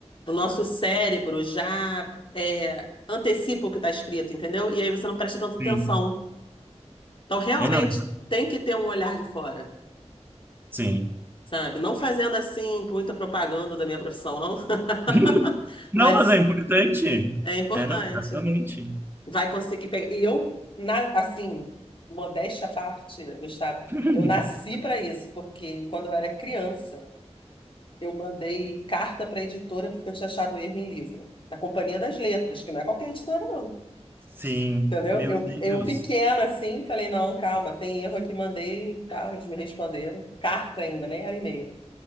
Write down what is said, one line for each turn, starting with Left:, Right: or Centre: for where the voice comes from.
Left: O nosso cérebro já é, antecipa o que está escrito, entendeu? E aí você não presta tanta atenção.
Right: Sim.
Left: Então, realmente,
Right: É, não, é,
Left: tem que ter um olhar de fora.
Right: sim.
Left: sabe? Não fazendo assim muita propaganda da minha profissão, não. <laughs>
Right: <laughs> Não,
Left: Mas
Right: mas é importante.
Left: é importante.
Right: É, não, exatamente.
Left: Vai conseguir pegar. E eu, na- assim, modéstia à parte, né, Gustavo,
Right: <laughs>
Left: eu nasci para isso, porque quando eu era criança, eu mandei carta para a editora porque eu tinha achado erro em livro, na Companhia das Letras, que não é qualquer editora, não.
Right: Sim,
Left: Entendeu?
Right: meu
Left: Eu,
Right: Deus,
Left: eu pequena, assim, falei, não, calma, tem erro aqui, mandei e tal, eles me responderam. Carta ainda, nem era e-mail.